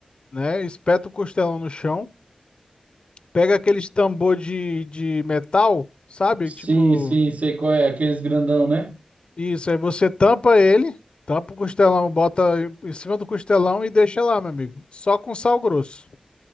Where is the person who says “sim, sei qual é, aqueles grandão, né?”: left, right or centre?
Right